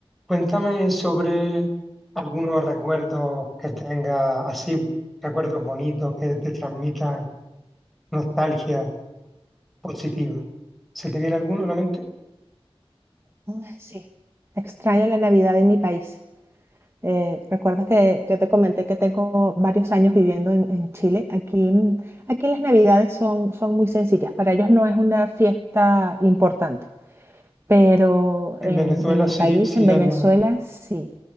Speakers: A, in the centre; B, on the right.
A: Cuéntame sobre algunos recuerdos que tengas, así, recuerdos bonitos que te transmitan nostalgia positiva. ¿Se te viene alguno a la mente?
B: Ay, Sí, extraño la Navidad en mi país. Eh, recuerdas que yo te comenté que tengo varios años viviendo en, en Chile. Aquí, mm, aquí las Navidades son, son muy sencillas. Para ellos no es una fiesta importante, pero
A: En
B: en,
A: Venezuela
B: en mi
A: sí,
B: país,
A: sí
B: en Venezuela,
A: es más.
B: sí.